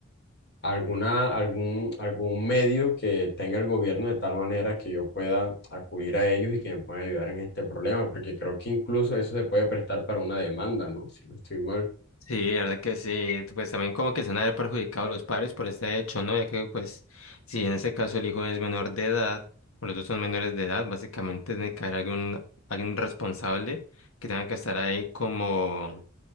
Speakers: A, on the left; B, on the left.
A: alguna, algún, algún medio que tenga el gobierno de tal manera que yo pueda acudir a ellos y que me puedan ayudar en este problema, porque creo que incluso eso se puede prestar para una demanda, ¿no? Si no estoy mal.
B: Sí, la verdad que sí, pues también como que se han de haber perjudicado los padres por este hecho, ¿no? Ya que pues si en ese caso el hijo es menor de edad o los dos son menores de edad, básicamente tiene que haber algún, alguien responsable que tenga que estar ahí como,